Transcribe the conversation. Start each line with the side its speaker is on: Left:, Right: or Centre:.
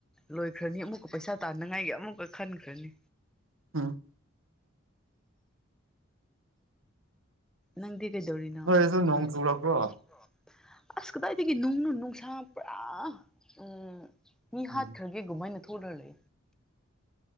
Centre: ꯂꯣꯏꯈ꯭ꯔꯅꯤ ꯑꯃꯨꯛꯀ ꯄꯩꯁꯥ ꯇꯥꯅꯉꯥꯏꯒꯤ ꯑꯃꯨꯛꯀ ꯈꯟꯈ꯭ꯔꯅꯤ
Right: ꯎꯝ
Centre: ꯅꯪꯗꯤ ꯀꯩꯗꯧꯔꯤꯅꯣ
Right: ꯅꯣꯏꯗꯁꯨ
Centre: ꯍꯣꯏ
Right: ꯆꯨꯔꯛꯄ꯭ꯔꯣ
Centre: ꯗꯣ ꯅꯣꯡ ꯂꯥꯛꯄ꯭ꯔꯣ ꯑꯁ ꯀꯗꯥꯏꯗꯒꯤ ꯅꯨꯡꯅꯣ ꯅꯨꯡꯁꯥ ꯄꯨꯔꯥ ꯎꯝ ꯃꯤ
Right: ꯎꯝ
Centre: ꯍꯥꯠꯈ꯭ꯔꯒꯦ ꯑꯗꯨꯃꯥꯏ ꯊꯣꯛꯂꯔꯦ